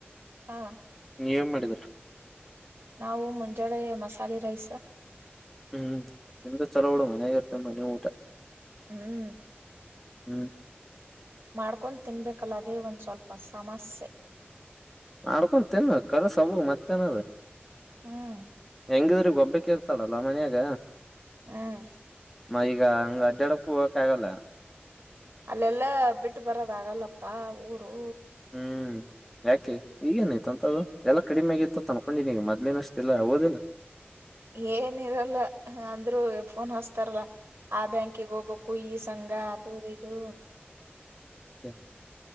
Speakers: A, on the right (about 70°); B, in the centre.
A: ಹಾ.
B: ನೀವ ಮಾಡಿದ್ರ.
A: ನಾವು ಮುಂಜಳೆ ಮಸಾಲೆ ರೈಸ.
B: ಹ್ಮ್ ನಿಮ್ದು ಚಲೋ ಉಡುು ಮನ್ಯಾಗಾಗಿ ಇರ್ತ ಮನ ಊಟ.
A: ಹ್ಮ್.
B: ಹ್ಮ್.
A: ಮಾಡ್ಕೊಂಡ್ ತಿನ್ಬೇಕಲ್ಲದೇ ಒಂದ್ ಸ್ವಲ್ಪ ಸಮಸ್ಯೆ.
B: ಮಾಡಡ್ಕೊ ತಿನ್ ಕಲಸ ಹ ಮತ್ತೇನ
A: ಹ್ಮ್
B: ಹೆಂಗಿದ್ರೆ ಗೊಬ್ಬೆ ಕೇಳ್ತಾಳಲ್ಲ ಮನ್ಯಾಗ
A: ಹ್ಮ್
B: ಮ ಈಗ ಹಂಗ ಅಜ್ಜಾಡಕ್ ಹೋಗಕ ಆಗಲ್ಲ
A: ಅಲ್ಲೆಲ್ಲಾ ಬಿಟ್ಟು ಬರೋದ ಆಗಲ್ಲಪ್ಪ ಊರು
B: ಹ್ಮ್ ಯಾಕೆ ಈಗೇನಾಯ್ತ ಅಂತದ್ದು ಎಲ್ಲಾ ಕಡಿಮೆ ಆಗಿತ್ತು ತನ್ಕೊಂಡಿನಿ ಈಗ ಮೊದ್ಲಿನಷ್ಟ ಇಲ್ಲ ೋದಿಲ್ಲ
A: ಏನ ಇರಲ್ಲ ಅಂದ್ರರು ಫೋನ್ ಹಸ್ತಾರಲ್ಲ ಆ ಬ್ಯಾಂಕಿಗೆ ಹೋಗ್ಬಬೇಕಕ್ ಕುಯ ಸಂಘ ಅದು ಇದು
B: ಹ